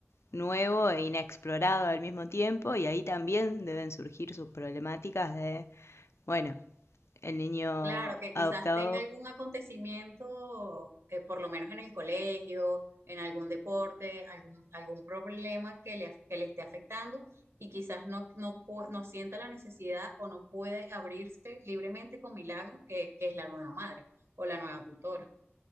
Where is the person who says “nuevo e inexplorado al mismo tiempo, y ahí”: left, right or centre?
Left